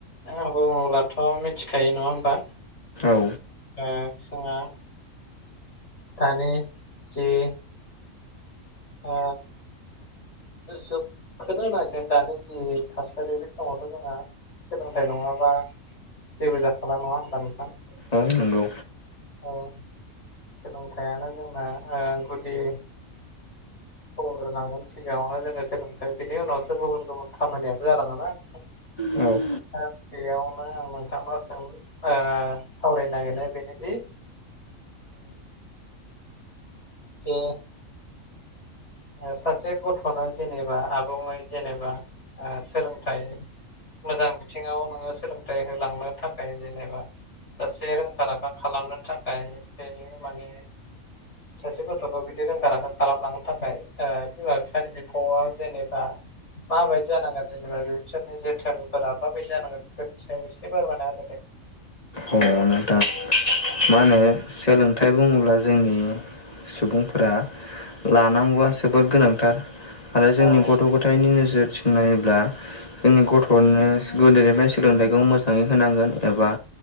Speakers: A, on the left; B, on the left.
A: आं बुङोब्लाथ' मिथिखायो नङा होमबा।
B: औ
A: ओ जोंहा दानि जे ओ जुगखौनो होननांसिगोन दानि जि थासारि बे समावथ' जोंहा सोलोंथाइ नङाबा जेबो जाखाला नङा होमबा नोंथां
B: औ नोंगौ।
A: औ सोलोंथाइयानो जोंना ओ गुदि खबर होनांगोन सिगाङावनो जोङो सोलोंथाइ बिनि उनावसो गुबुन-गुबुन खामानियाबो जालाङोना नोंथां।
B: औ
A: ससेयावनो नोंथां सों ओ सावरायनो नागिरनाय बेनोदि जे सासे गथ'नो जेनेबा आबुङै जेनेबा ओ सोलोंथाइ मोजां बिथिङाव नोङो सोलोंथाइ होलांनो थाखाय जेनेबा सासे रोंखा-राखा खालामनो थाखायनो माने सासे गथ'खौ बिदि रोंखा राखा खालामलांनो थाखा य ओमफ्राय ओ बिमा-बिफानि बिफ'आव जेनेबा माबायदि जानांगोन जेनेबा बिसोरनि जोथोनफोरा माबायदि जानांगोन बेफोर <unintelligible>
B: अ नोंथां मा होनो सोलोंथाइ बुङोब्ला जोंनि सुबुंफोरा लानांगौआ जोोबद गोनांथार आरो
A: औ
B: जोंनि गथ' गथथाय थाइनि नोजोरथिं नायोब्ला जोंनि गथ'नो गोदोनिफ्राय सोलोंथाइखौ मोजाङै होनांगोन एबा